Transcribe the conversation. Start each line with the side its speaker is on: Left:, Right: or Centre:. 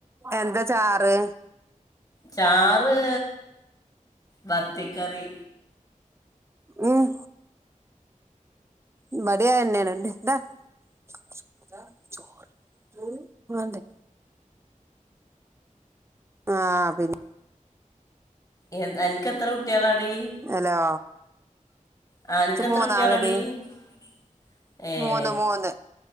Right: എന്താ ചാറ്
Left: ചാറ് മത്തിക്കറി
Right: ഉം ഇബടീം അയന്നേണ് <unintelligible> ചോറ് വാണ്ടേ ആഹ് പിന്നെ
Left: എൻ അനക്ക് എത്ര കുട്ട്യാളാടി?
Right: ഹലോ
Left: ആഹ് ആനക്ക്
Right: ഇച്ച്
Left: എത്ര
Right: മൂന്നാളെടി
Left: കുട്യാളെടി? നാല് ഏഹ്
Right: മൂന്ന് മൂന്ന്